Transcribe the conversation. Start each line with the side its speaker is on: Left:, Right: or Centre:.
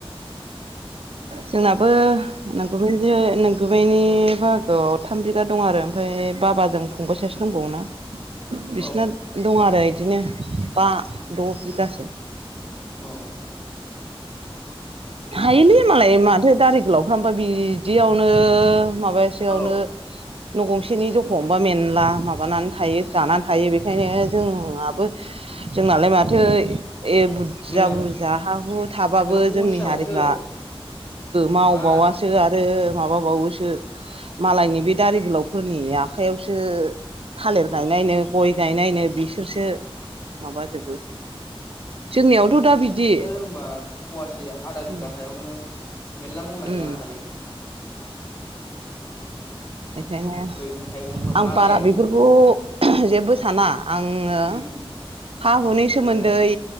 Right: जोंनाबो नोंगै नोंगैनि बाहागोआव थाम बिगा दं आरो ओमफ्राय बाबाजों फंबाय सासे दंबावा बिसना
Left: औ
Right: दं आरो बिदिनो बा द' बिगासो।
Left: औ
Right: हायोलै मालाय माथ दारिख गोलावफ्रामा बिदियावनो माबासेयावनो
Left: औ
Right: न' गंसेनि जख हबा मेनला माबानानै थायो
Left: उम
Right: जानानै थायो बेखायनो जोंहाबो जोंनालाय माथो ए बुरजा
Left: जोंना
Right: बुरजा हा हु थाबाबो
Left: जोंना अलसियाबावसो
Right: जोंनि हारिफ्रा मावबावासो
Left: मा
Right: आरो माबाबावोसो
Left: उम
Right: मालायनि बे दारि गोलावफोरनि आखाइयावसो थालिर
Left: औ
Right: गायनायनो गय गायनायनो बिसोरसो माबाजोबो जोंनियावथ' दा बिदि
Left: होनबा फवासे आदा बिगा
Right: उम
Left: हायावनो मेरला मावनानै
Right: उम
Left: जानो हायो
Right: बेखायनो
Left: मैगं थाइगंफोर
Right: आं
Left: मालाय
Right: बारा बेफोरखौ बेखौ जेबो साना आङो
Left: उम
Right: हा हुनि सोमोन्दै
Left: अनलाय